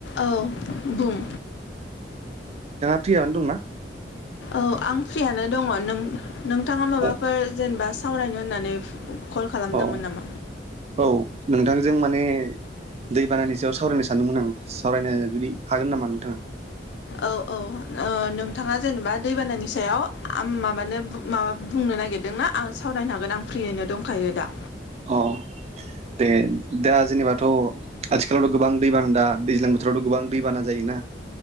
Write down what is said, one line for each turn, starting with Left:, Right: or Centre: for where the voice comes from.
Left: औ बुं
Right: फ्रियाव्नो दंना?
Left: औ आं फ्रियानो दङ नों-नोंथाङा माबाफोर
Right: ओ
Left: जेनेबा सावरायनो होननानै कल खालामदोंमोन
Right: अ
Left: नामा
Right: औ नोंथांजों माने दै बानानि सायाव सावरायनो सानदोंमोन आं सावरायनो जुदि हागोन नामा नोंथाङा?
Left: औ-औ ओ नोंथाङा जेनेबा दैबानानि सायाव आम माबानो माबा बुंनो नागिरदोंना? आं सावरायनो हागोन आं फ्रियैनो दंखायो दा।
Right: अ दे दा जेनेबाथ आथिखालावथ' गोबां दैबाना दा दैज्लां बोथोरावथ' गोबां दैबाना जायो ना